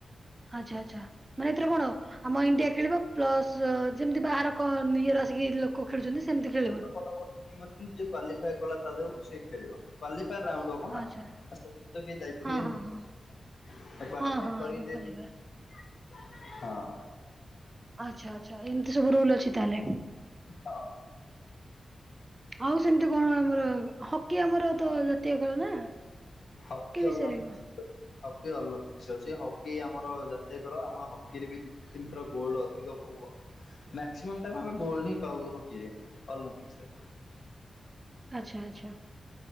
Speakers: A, on the right (about 30°); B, on the left (about 65°).
A: ଆଚ୍ଛା-ଆଚ୍ଛା ମାନେ ଏଥିରେ କଣ ଆମ ଇଣ୍ଡିଆ ଖେଳିବ ପ୍ଲସ ଯେମିତି ବାହାର କ ନିଅର ଆସିକି ଲୋକ ଖେଳୁଛନ୍ତି ସେମିତି
B: ଯିଏ
A: ଖେଳିବ।
B: କ୍ୱାଲିଫାଏ କଲା ତା ଦେହକୁ ସେଇ ଖେଳିବ। କ୍ୱାଲିଫାଏ ରାଉଣ୍ଡ ହବ ନା
A: ଆଚ୍ଛା
B: ସେମିତି ତ କେହି ଯାଇପାରିବେନି।
A: ହଁ ହଁ ହଁ
B: କ୍ୱାଲିଫାଏ
A: ହଁ ହଁ
B: କରି
A: ଆଗେ
B: ଯିଏ
A: କ୍ୱାଲିଫାଏ
B: ଯିବ ହଁ।
A: ଆଚ୍ଛା ଆଚ୍ଛା ଏମିତି ସବୁ ରୁଲ ଅଛି ତାହେଲେ
B: ହଁ
A: ଆଉ ସେମତି କଣ ଆମର ହକି ଆମର ତ ଜାତୀୟ ଖେଳ ନା
B: ହକି
A: ବିଷୟରେ
B: ଅଲମ୍ପିକ୍ସ
A: କଣ?
B: ହକି ଅଲମ୍ପିକ୍ସ ଅଛି ହଁ। ହକି ଆମର ଜାତୀୟ ଖେଳ ଆମ ହକିରେ ବି ଦି ତିନିଥର ଗୋଲଡ ଅଧିକ ମାକ୍ସିଇମମ ଗୋଲଡ ପାଉ ହକିରେ ଅଲମ୍ପିକ୍ସରେ
A: ଆଚ୍ଛା ଆଚ୍ଛା।